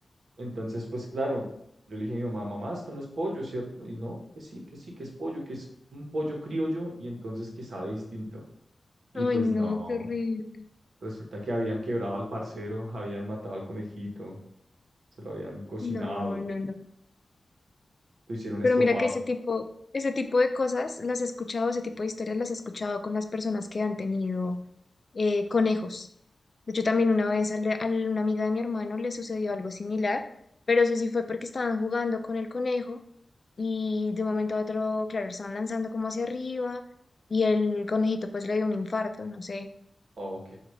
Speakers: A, on the right; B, on the left.
A: Entonces, pues claro, yo le dije a mi mamá, mamá, esto no es pollo, ¿cierto? Y no, que sí, que sí, que es pollo, que es un pollo criollo y entonces que sabe distinto. Y
B: Ay,
A: pues
B: no,
A: no,
B: qué horrible.
A: resulta que habían quebrado al parcero, habían matado al conejito, se lo habían cocinado,
B: No, no,
A: lo
B: no.
A: hicieron
B: Pero
A: estofado.
B: mira que ese tipo, ese tipo de cosas las he escuchado, ese tipo de historias las he escuchado con las personas que han tenido eh, conejos. De hecho, también una vez al- a una amiga de mi hermano le sucedió algo similar, pero eso sí fue porque estaban jugando con el conejo y de un momento a otro, claro, lo estaban lanzando como hacia arriba y el conejito pues le dio un infarto, no sé.
A: Ok,